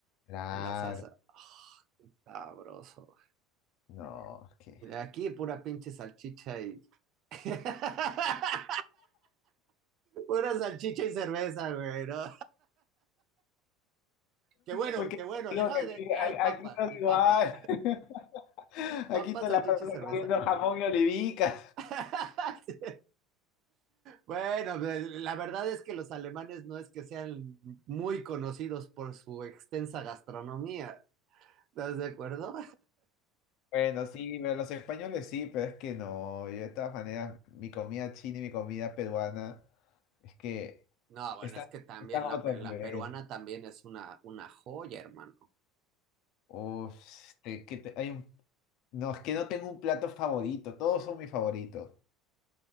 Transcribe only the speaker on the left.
Claro,
no, es que.
Porque
te digo
que aquí,
a-
aquí no es
igual.
<laughs> Aquí
se
la pasa
comiendo jamón y olivicas.
Bueno, sí, pero los españoles sí, pero es que no, yo de todas maneras, mi comida china y mi comida peruana, es que
están,
están a
otro
nivel.
Uf, este, que te- hay un, no, es que no tengo un plato favorito, todos son mis favoritos.